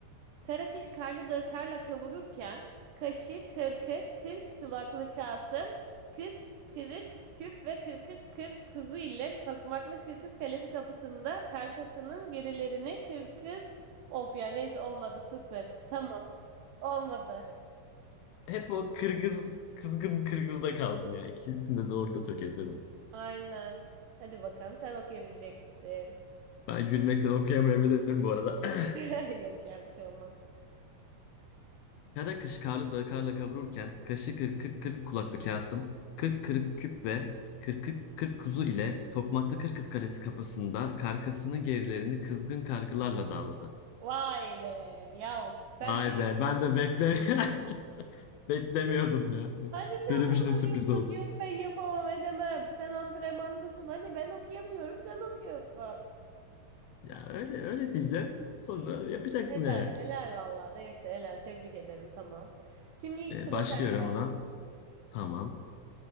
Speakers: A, on the right; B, on the left.
A: Kara kış karlı dağı karla kavururken, kaşı, kırkı, kırk kulaklı Kasım, kırk kırık küp ve kırkı kırk kuzu ile Tokmaklı Kırkız Kalesi kapısında karkasının gerilerini kırkız... Of ya neyse olmadı sıfır. Tamam olmadı.
B: <laughs> Hep o Kırgız, kızgın Kırgız'da kaldım ya. İkisini de doğru da tökezledim.
A: Aynen. Hadi bakalım sen okuyabilecek misin?
B: Ben gülmekten okuyamayabilirim bu arada.
A: <laughs>
B: <clears throat>
A: Yok ya bir şey olmaz.
B: Kara kış karlı dağı karla kavururken kaşı kırk kırk kırk kulaklı Kasım, kırk kırık küp ve kırk kırk kırk kuzu ile Tokmaklı Kırkız Kalesi kapısında karkasının gerilerini kızgın kargılarla dağladı.
A: Vay be. Ya sen
B: Vay
A: ne
B: be ben de bekle <laughs> beklemiyordum ya.
A: Hadi sen
B: Benim
A: bana
B: için de sürpriz
A: diyorsun
B: oldu.
A: yok ben yapamam edemem. Sen antrenmandasın. Hani ben okuyamıyorum sen okuyorsun.
B: Ya öyle öyle diyeceğim sonra yapacaksın
A: Helal.
B: yani.
A: Helal valla. Neyse helal. Tebrik ederim. Tamam. Şimdi ilk
B: Ee,
A: sıra
B: başlıyorum
A: sende.
B: ona. Tamam.